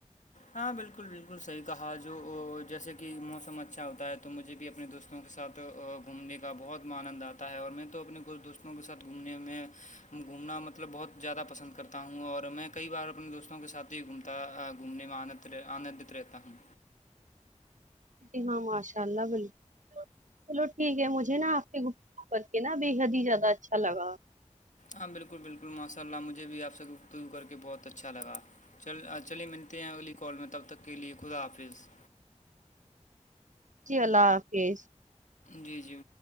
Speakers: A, on the left; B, on the right.
A: ہاں بالکل بالکل صحیح کہا جو جیسے کہ موسم اچھا ہوتا ہے تو مجھے بھی اپنے دوست دوستوں کے ساتھ گھومنے کا بہت مانند آتا ہے اور میں تو اپنے کچھ دوستوں کے ساتھ گھومنے میں گھومنا مطلب بہت زیادہ پسند کرتا ہوں اور میں کئی بار اپنے دوستوں کے ساتھ ہی گھومتا گھومنے میں انت آنندت رہتا ہوں
B: جی ہاں ماشاء اللہ بالکل چلو ٹھیک ہے مجھے نا آپ کے گفتگو کرکے نا بے حد ہی زیادہ اچھا لگا
A: ہاں بالکل بالکل ماشاء اللہ مجھے بھی آپ سے گفتگو کر کے بہت اچھا لگا چل چلیے ملتے ہیں اگلی کال میں تب تک کے لیے خدا حافظ
B: جی اللہ حافظ
A: جی جی